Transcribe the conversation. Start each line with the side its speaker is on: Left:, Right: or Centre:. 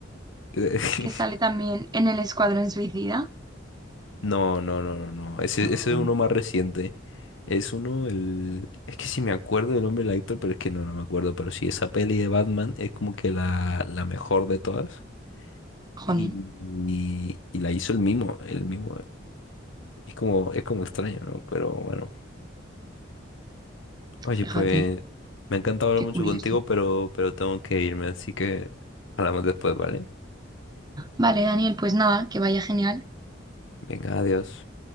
Left: <laughs>
Right: que sale también en el Escuadrón Suicida.
Left: No, no, no, no, no. Ese,
Right: Mm,
Left: ese es uno más reciente. Es uno, el... Es que sí me acuerdo del nombre del actor, pero es que no, no me acuerdo. Pero sí, esa peli de Batman es como que la, la mejor de todas.
Right: jolín,
Left: Y, y- y la hizo el mismo, el mismo. Es como, es como extraño, ¿no? Pero bueno. Oye,
Right: fíjate,
Left: pues me ha encantado hablar
Right: qué
Left: mucho
Right: curioso.
Left: contigo, pero, pero tengo que irme, así que hablamos después, ¿vale?
Right: Vale, Daniel, pues nada, que vaya genial.
Left: Venga, adiós.